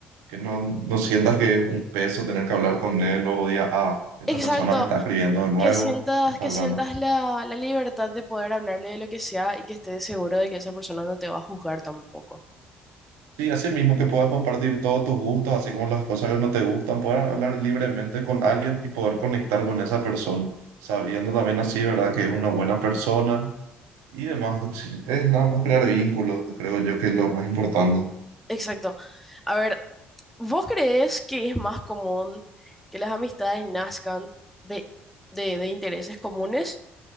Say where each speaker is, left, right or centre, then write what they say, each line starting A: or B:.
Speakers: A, on the right; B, in the centre.
A: Que no, no sientas que es un peso tener que hablar con él o digas, ah, esta
B: Exacto,
A: persona me está escribiendo de nuevo,
B: que sientas,
A: me está
B: que
A: hablando.
B: sientas la, la libertad de poder hablarle de lo que sea y que estés seguro de que esa persona no te va a juzgar tampoco.
A: Sí, así mismo que puedas compartir todos tus gustos, así como las cosas que no te gustan, poder hablar libremente con alguien y poder conectar con esa persona, sabiendo también así, ¿verdad? Que es una buena persona Y demás, sí, es nada más crear vínculos, creo yo que es lo más importante.
B: Exacto. A ver, ¿Vos crees que es más común que las amistades nazcan de, de, de intereses comunes